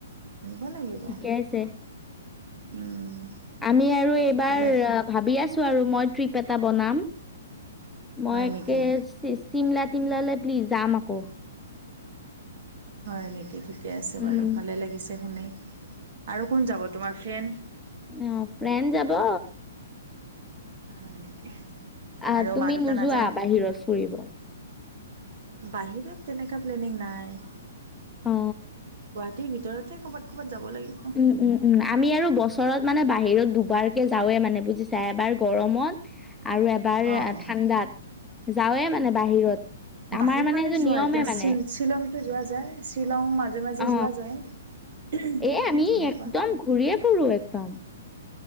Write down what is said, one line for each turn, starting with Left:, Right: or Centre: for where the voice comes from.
Right: নিব লাগিব
Centre: ঠিকে আছে।
Right: উম।
Centre: আমি আৰু এইবাৰ
Right: ওলাই
Centre: আ ভাবি আছো আৰু মই ট্ৰিপ এটা বনাম মই
Right: হয় নেকি
Centre: কে চে চিমলা চিমলা লে <unintelligible> যাম আকৌ
Right: হয় নেকি, ঠিকে আছে বাৰু
Centre: উম।
Right: ভালে লাগিছে শুনি আৰু কোন যাব তোমাৰ ফ্ৰেণ্ড?
Centre: অঁ ফ্ৰেন যাব
Right: হয় নেকি?
Centre: আহ
Right: আৰু
Centre: তুমি
Right: মা দেউতা
Centre: নোযোৱা
Right: নাযায়
Centre: বাহিৰত ফুৰিব?
Right: বাহিৰত তেনেকা প্লেনিং নাই গুৱাহাটীৰ
Centre: অ।
Right: ভিতৰতে ক'ৰবাত ক'ৰবাত যাব লাগিব
Centre: উম উম উম। আমি আৰু বছৰত মানে বাহিৰত দুবাৰকে যাওৱে মানে বুজিছা এবাৰ গৰমত, আৰু আ এবাৰ
Right: অ', অ',
Centre: ঠাণ্ডাত। যাওঁৱে মানে বাহিৰত।
Right: বাহিৰত
Centre: আমাৰ
Right: মানে
Centre: সেইটো
Right: চোৱা
Centre: নিয়মে
Right: এতিয়া
Centre: মানে
Right: শ - শ্বিলংতো যোৱা যায় শ্বিলং মাজে মাজে
Centre: অ
Right: যোৱা যায়।
Centre: এ' আমি
Right: তেনেকুৱা।
Centre: একদম ঘূৰিয় পুৰো একদম।।